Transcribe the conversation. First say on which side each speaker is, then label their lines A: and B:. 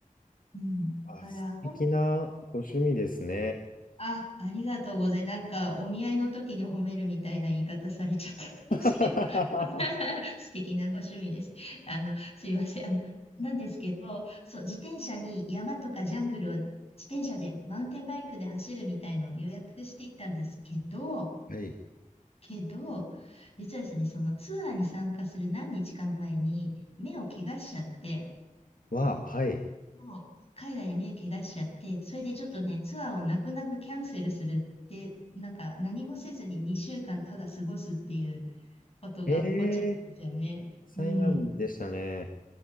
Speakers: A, on the left; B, on the left.
A: うん。だから、
B: あ、素敵なご趣味ですね。
A: 本あ、ありがとうございます。なんか、お見合いの時に褒めるみたいな言い方されちゃったんですけど、
B: <laughs>
A: <laughs> 素敵なご趣味です。あの、すいません。あの、なんですけど、そう、自転車に山とかジャングルを自転車で、マウンテンバイクで走るみたいのを予約していったんですけど、
B: はい。
A: けど、実はですね、そのツアーに参加する何日か前に目を怪我しちゃって、
B: は、はい。
A: そう、海外で目怪我しちゃって、それでちょっとね、ツアーを泣く泣くキャンセルするって、なんか何もせずに2週間ただ過ごすっていうことが起こっちゃったんですよね。
B: ええー、災難でしたね。
A: うん。